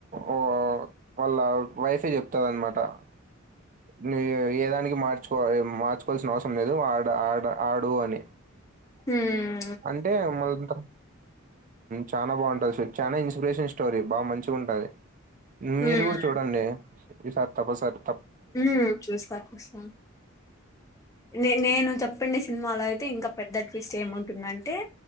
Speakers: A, on the right (about 40°); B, on the left (about 15°).
A: ఓ వాళ్ళ వైఫే చెప్తది అనమాట అ నువు ఏదానికి మార్చుకో మార్చుకోల్సిన అవసరం లేదు ఆడ ఆడ ఆడు అని
B: హ్మ్
A: అంటే మళ్ళీ ఇంక చాన బాగుంటుది చాన ఇన్స్పిరేషన్ స్టోరీ బాగా మంచిగా ఉంటుంది మీరు
B: ఉమ్
A: కూడా చూడండి ఈసారి తప్పసార్
B: ఉ చూస్త చూస్త న నేను చెప్పండి సినిమాలో అయితే ఇంకా పెద్ద ట్విస్ట్ ఏముంటుందంటే